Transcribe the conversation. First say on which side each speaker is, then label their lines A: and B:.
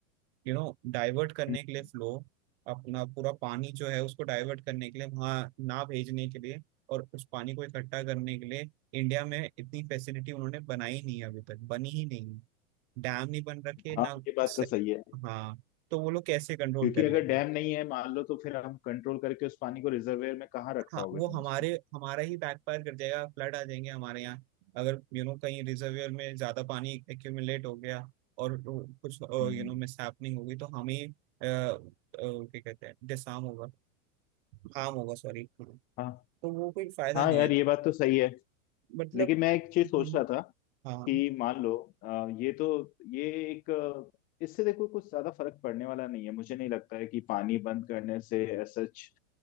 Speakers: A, on the right; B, on the left.
A: यू नो डाइवर्ट करने
B: हम्म।
A: के लिए फ्लो अपना पूरा पानी जो है उसको डाइवर्ट करने के लिए वहां ना भेजने के लिए और उस पानी को इकट्ठा करने के लिए इंडिया में इतनी फैसिलिटी उन्होंने बनाई नहीं है अभी तक बनी ही नहीं डैम नहीं बन रखे ना
B: हाँ ये बात
A: से-
B: तो सही है
A: हाँ तो वो लोग कैसे कंट्रोल
B: क्योंकि
A: कर
B: अगर
A: लेंगे
B: डैम नहीं है मान लो तो फिर हम कंट्रोल करके उस पानी को रिजर्वेयर में कहाँ रख
A: हाँ
B: पाओगे
A: वो
B: तुम
A: हमारे
B: उसको
A: हमारा ही बैकफायर कर जाएगा फ्लड आ जाएंगे हमारे यहाँ अगर यू नो कहीं रिजर्वियर में ज्यादा पानी एक्यूमुलेट हो गया और वो कुछ यू
B: हम्म
A: नो मिस होगी तो हमें अ, अ, क्या कहते हैं डिसार्म होगा हार्म होगा सॉरी तो
B: हाँ
A: वो कोई फायदा
B: हाँ
A: नहीं
B: यार
A: है
B: ये बात तो सही है
A: मतलब
B: लेकिन मैं एक चीज
A: हम्म,
B: सोच रहा था
A: हाँ हम्म,
B: कि मान लो अ, ये तो ये एक अ, इससे देखो कुछ ज्यादा फर्क पड़ने वाला नहीं है मुझे नहीं लगता है कि पानी बंद करने से सच